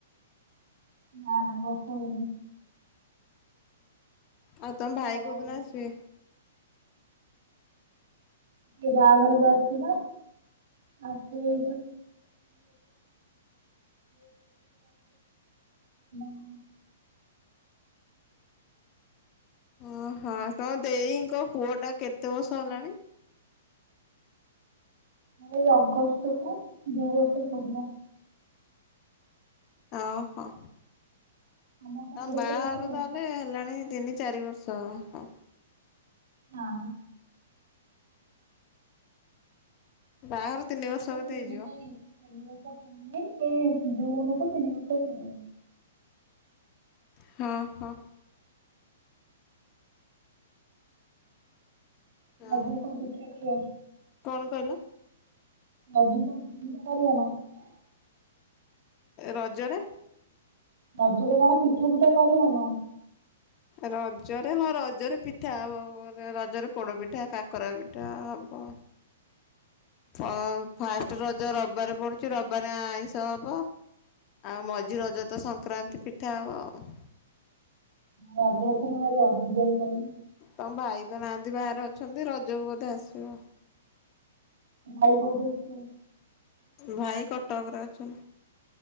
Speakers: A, on the right; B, on the left.
A: ନା ନା ବର୍ଷା ହେଇନି।
B: ଆଉ
A: ଖାଲି
B: ତମ ଭାଇ
A: ଖରା
B: କୋଉ
A: ହେଇଥିଲା।
B: ଦିନ ଆସିବେ।
A: ସେ ବାହାଘରକୁ ଆସିଥିଲା <unintelligible>
B: ଅହଁ ତୋ ଦେଇଙ୍କ ପୁଅ ଟା କେତେ ବର୍ଷ ହେଲାଣି।
A: ଏଇ ଅଗଷ୍ଟ କୁ ଦି ବର୍ଷ ପୁରିଲା।
B: ଓହୋ
A: ତମ କଣ
B: ହ
A: କେତେ
B: ବାହାଘର
A: ବର୍ଷ ହେଲାଣି?
B: ତା ହେଲେ ହେଲାଣି ତିନି ଚାରି ବର୍ଷ ହଁ।
A: ଆ ହଁ
B: ବାହାଘର ତିନି ବର୍ଷ କେତେ
A: ପୁରୀ
B: ହେଇଯିବ।
A: ନାହିଁ ତିନି ବର୍ଷ ଏଇ ଜୁନୁ କୁ ତିନି ବର୍ଷ ହେଇଗଲାଣି।
B: ହଁ ହଁ।
A: ରଜରେ
B: ଆଉ
A: କଣ ପିଠା କରିବ।
B: କଣ କହିଲ
A: ଆଜିି <unintelligible>
B: ରଜରେ
A: ରଜରେ କଣ ପିଠା ଫିଠା କରିବନା।
B: ରଜ ହଁ ରଜରେ ପିଠା ହବ। ରଜରେ ପୋଡ ପିଠା, କାକରା ପିଠା ହବ। ଫାଷ୍ଟ ର ଯ ରବିବାରେ ପଡୁଛି ରବିବାରେ ଆଇଁଷ ହବ। ଆଉ ମଝି ରଜ ତ ସଂକ୍ରାନ୍ତି ପି ଖିଆହବ ଆଉ
A: ରଜ ଏଥର ଭାରି ଅବାଗିଆରେ ପଳେଇଲା
B: ତମ ଭାଇ ନାହାନ୍ତି ବାହାରେ ଅଛନ୍ତି ରଜକୁ ବୋଧେ ଆସି ସୁଅ
A: ଭାଇ କଉଠି ଅଛି ଏ
B: ଭାଇ କଟକରେ ଅଛନ୍ତି।